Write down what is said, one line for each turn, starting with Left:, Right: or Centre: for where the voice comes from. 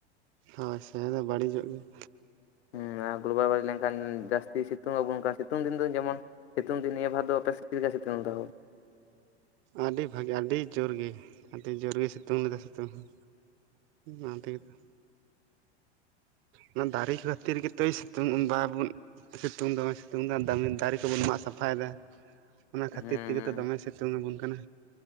Right: ᱦᱳᱭ ᱥᱮ ᱟᱫᱚ ᱵᱟᱹᱲᱤᱡᱚᱜ ᱜᱮᱭᱟ᱾
Left: ᱦᱩᱸ ᱱᱚᱣᱟ ᱜᱞᱳᱵᱟᱞ ᱵᱟᱲᱤᱡ ᱞᱮᱱᱠᱷᱟᱱ ᱡᱟᱹᱥᱛᱤ ᱥᱤ ᱛᱩ ᱟᱵᱚᱱ ᱠᱟ ᱥᱤᱛᱩᱝ ᱫᱤᱱ ᱫᱚ ᱡᱮᱢᱚᱱ ᱥᱤᱛᱩᱝ ᱫᱤᱱ ᱱᱤᱭᱟᱹ ᱵᱷᱟᱫᱚᱨ ᱟᱯᱮ ᱥᱮ ᱪᱮᱜ ᱥᱤᱛᱩᱝ ᱫᱚᱦᱚ
Right: ᱟᱹᱰᱤ ᱵᱷᱟᱜᱮ ᱟᱹᱰᱤ ᱡᱳᱨ ᱜᱮ ᱟᱹᱰᱤ ᱡᱳᱨ ᱜᱮ ᱥᱤᱛᱩᱝ ᱞᱮᱫᱟ ᱥᱤᱛᱩᱝ ᱦᱚᱸ ᱚᱱᱟ ᱛᱮᱜᱮ ᱛᱚ ᱚᱱᱟ ᱫᱟᱨᱮ ᱠᱷᱟᱹᱛᱤᱨ ᱜᱮᱛᱚᱭ ᱥᱤ ᱛᱩᱝ ᱩᱸ ᱵᱟᱵᱤᱜ ᱥᱤᱛᱩᱝ ᱫᱚᱢᱮᱭ ᱥᱤᱛᱩᱝ ᱮᱫᱟ ᱫᱚᱢᱮ ᱫᱟᱨᱮ ᱠᱚᱵᱚᱱ ᱢᱟᱜ ᱥᱟᱯᱷᱟᱭ ᱮᱫᱟ᱾ ᱚᱱᱟ
Left: ᱦᱩᱸ
Right: ᱠᱷᱟᱹᱛᱤᱨ ᱛᱮᱜᱮ ᱛᱚ ᱫᱚᱢᱮ ᱥᱤᱛᱩᱝ ᱟᱵᱚᱱ ᱠᱟᱱᱟ